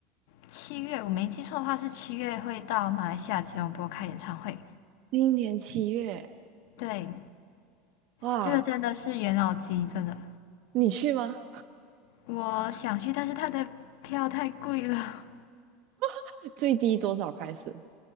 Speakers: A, on the left; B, on the right.
A: 七月，我没记错的话是七月会到马来西亚吉隆坡开演唱会。
B: 今年七月。
A: 对，
B: 哇，
A: 这个真的是元老级，真的。
B: 你去吗？
A: 我想去，但是他的票太贵了，
B: <laughs> 最低多少开始？